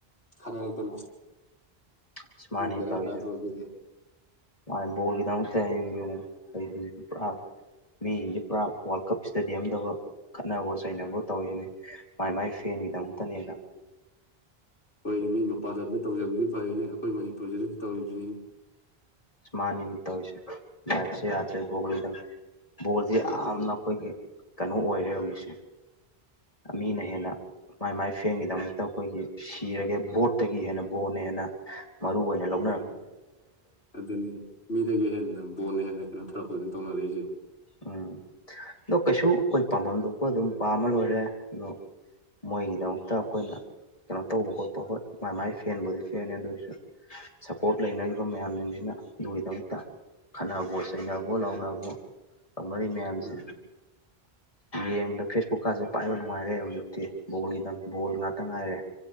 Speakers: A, on the left; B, on the left.
A: ꯈꯠꯅꯔꯛꯇꯅ
B: ꯏꯁ
A: ꯑꯗꯨ
B: ꯃꯥꯅꯤ
A: ꯕꯦꯔꯥ
B: ꯇꯧꯔꯤꯁꯦ
A: ꯀꯥꯗ꯭ꯔꯣ ꯑꯗꯨꯗꯤ
B: ꯃꯥꯅꯦ ꯕꯣꯜꯒꯤꯗꯃꯛꯇ ꯍꯌꯦꯡ ꯌꯦꯡꯉꯣ <unintelligible> ꯄꯨꯔꯥ ꯃꯤꯁꯤꯡꯖꯦ ꯄꯨꯔꯥ ꯋꯥꯔꯜ ꯀꯞ ꯏꯁꯇꯦꯗꯤꯌꯝꯗꯕꯥꯎ ꯈꯠꯅꯕ ꯆꯩꯅꯕꯑꯣ ꯇꯧꯔꯤꯗꯨꯅꯤ ꯃꯥꯏ ꯃꯥꯏ ꯐꯦꯟꯒꯤꯗꯃꯛꯇꯅꯦꯅ
A: <unintelligible> ꯍꯣꯏ ꯃꯤ ꯃꯄꯥꯟꯂꯝꯗ ꯇꯧꯖꯕꯗꯤ ꯐꯔꯦꯅꯦ ꯑꯈꯣꯏ ꯃꯅꯤꯄꯨꯔꯗꯁꯨ ꯇꯧꯔꯤꯖꯤꯅꯤꯅꯦ
B: ꯃꯥꯅꯤꯅꯦ ꯇꯧꯔꯤꯁꯦ ꯂꯥꯏꯞꯁꯦ ꯌꯥ <unintelligible>
A: ꯎꯝ
B: ꯕꯣꯜꯁꯦ
A: ꯑꯗꯨꯅꯤ
B: ꯌꯥꯝꯅ
A: ꯍꯥꯏꯁꯦ
B: ꯑꯈꯣꯏꯒꯤ ꯀꯩꯅꯣ ꯑꯣꯏꯔꯦ ꯍꯧꯖꯤꯛꯁꯦ ꯑꯃꯤꯅ ꯍꯦꯅ ꯃꯥꯏ ꯃꯥꯏ ꯐꯦꯟꯒꯤꯗꯃꯛꯇ ꯑꯈꯣꯏꯒꯤ ꯁꯤꯔꯒꯦ ꯕꯣꯠꯇꯒꯤ ꯍꯦꯟꯅ ꯕꯣꯟꯅ ꯍꯦꯟꯅ ꯃꯔꯨ ꯑꯣꯏꯅ ꯂꯧ
A: ꯍꯥꯏ ꯑꯗꯨꯅꯤ ꯃꯤꯗꯒꯤ ꯍꯦꯟꯅ ꯕꯣꯟꯅ ꯍꯦꯟꯅ ꯀꯩꯅꯣ ꯊꯥꯔꯛꯄꯗꯨꯅꯦ ꯇꯧꯅꯔꯛꯏꯁꯦ
B: ꯎꯝ ꯑꯗꯣ ꯀꯩꯁꯨ ꯑꯈꯣꯏ ꯄꯥꯝꯕꯝ ꯊꯣꯛꯄ ꯑꯗꯨꯝ ꯄꯥꯃ ꯂꯣꯏꯔꯦ ꯑꯗꯣ ꯃꯣꯏꯒꯤꯗꯃꯛꯇ ꯑꯈꯣꯏꯅ ꯀꯩꯅꯣ ꯇꯧꯕ ꯈꯣꯠꯄ ꯍꯣꯏ ꯃꯥ ꯃꯥꯥꯏ ꯐꯦꯟꯕꯨꯗꯤ ꯐꯦꯟꯅꯦ ꯑꯗꯨ ꯑꯣꯏꯁꯨ ꯁꯄꯣꯔꯠ ꯂꯩꯅꯔꯤꯕ ꯃꯌꯥꯝꯖꯤꯡꯁꯤꯅ ꯑꯗꯨꯒꯤꯗꯃꯛꯇ ꯈꯠꯅꯕꯣꯑꯣ ꯆꯩꯅꯕꯣꯑꯣ ꯂꯥꯎꯅꯕꯣꯑꯣ ꯇꯧꯅꯔꯤ ꯃꯌꯥꯝꯁꯦ
A: ꯑꯥ
B: ꯌꯦꯡꯕꯗ ꯐꯦꯁꯕꯨꯛꯀꯥꯁꯦ ꯄꯥꯏꯕ ꯅꯨꯡꯉꯥꯏꯔꯦ ꯍꯧꯖꯤꯛꯇꯤ ꯕꯣꯜꯒꯤꯗꯪ ꯕꯣꯜ ꯉꯥꯛꯇ ꯉꯥꯏꯔꯦ